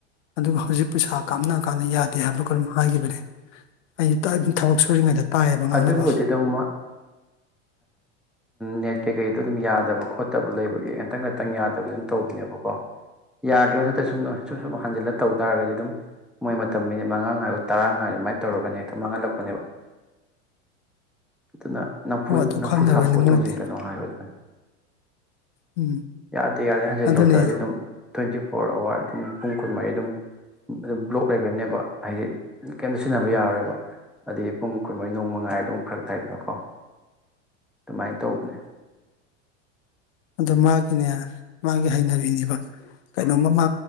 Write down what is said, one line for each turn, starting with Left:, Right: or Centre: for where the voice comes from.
Left: ꯑꯗꯨꯒ ꯍꯧꯖꯤꯛ ꯄꯩꯁꯥ ꯀꯥꯞꯅ ꯀꯥꯟꯗ ꯌꯥꯗꯦ ꯍꯥꯏꯕꯔ ꯀꯩꯅꯣꯝ ꯍꯥꯏꯈꯤꯕꯅꯦ ꯑꯩ ꯇꯥꯢ ꯊꯕꯛ ꯁꯨꯔꯤꯉꯩꯗ ꯇꯥꯏꯌꯦꯕ ꯉꯥꯡꯅꯕ
Centre: ꯑꯗꯨꯕꯨꯗꯤ ꯑꯗꯨꯝ ꯅꯦꯠ ꯀꯩꯀꯩꯗꯣ ꯑꯗꯨꯝ ꯌꯥꯗꯕ ꯈꯣꯠꯇꯕ ꯂꯩꯕꯒꯤ ꯉꯥꯛꯇꯪ ꯉꯥꯛꯇꯪ ꯌꯥꯗꯕꯁꯨ ꯑꯗꯨꯝ ꯇꯧꯕꯅꯦꯕꯀꯣ ꯌꯥꯗꯔꯤ ꯃꯊꯛꯇ ꯁꯨꯝ ꯑꯥ ꯁꯨꯝ ꯁꯨꯝ ꯍꯟꯖꯤꯜꯂ ꯇꯧ ꯇꯥꯔꯒꯗꯤ ꯑꯗꯨꯝ ꯃꯣꯏ ꯃꯇꯝ ꯃꯤꯅꯤꯠ ꯃꯉꯥ ꯉꯥꯏꯔꯨ ꯇꯔꯥ ꯉꯥꯏꯌꯨ ꯑꯗꯨꯃꯥꯏꯅ ꯇꯧꯔꯒꯅꯦ ꯍꯦꯛꯇ ꯃꯥꯡꯍꯜꯂꯛꯄꯅꯦꯕ ꯑꯗꯨꯅ ꯅꯝꯐꯨ
Left: ꯑꯣ ꯑꯗꯨ
Centre: ꯅꯝꯐꯨ
Left: ꯈꯪꯗꯕꯩꯅꯤ
Centre: ꯁꯥꯐꯨ
Left: ꯃꯣꯏꯗꯤ
Centre: ꯇꯧꯁꯤꯟꯒꯅꯣ ꯍꯥꯏꯔꯣ ꯑꯗꯨꯅ
Left: ꯎꯝ
Centre: ꯌꯥꯗꯦ ꯌꯥꯗꯦ ꯍꯟꯖꯤꯟ
Left: ꯑꯗꯨꯅꯦ
Centre: ꯇꯧꯁꯤꯜꯂꯗꯤ ꯑꯗꯨꯝ ꯇ꯭ꯋꯦꯟꯇꯤ ꯐꯣꯔ ꯑꯋꯥꯔ ꯑꯗꯨꯝ ꯄꯨꯡ ꯀꯨꯟꯃꯔꯤ ꯑꯗꯨꯝ ꯑꯗꯨꯝ ꯕ꯭ꯂꯣꯛ ꯂꯩꯒ꯭ꯔꯅꯦꯕ ꯍꯥꯏꯗꯤ ꯀꯩꯝꯇ ꯁꯤꯖꯤꯟꯅꯕ ꯌꯥꯔꯔꯣꯏꯕ ꯑꯗꯨꯗꯤ ꯄꯨꯡ ꯀꯨꯟꯃꯔꯤ ꯅꯣꯡꯃ ꯉꯥꯏꯔꯗꯤ ꯑꯗꯨꯝ ꯐꯔꯛ ꯇꯥꯏꯗꯅꯀꯣ ꯑꯗꯨꯃꯥꯏꯅ ꯇꯧꯕꯅꯦ
Left: ꯑꯗꯨ ꯃꯥꯒꯤꯅꯦ ꯃꯥꯒꯤ ꯍꯩꯅꯕꯤꯅꯦꯕ ꯀꯩꯅꯣꯝꯃ ꯃꯥ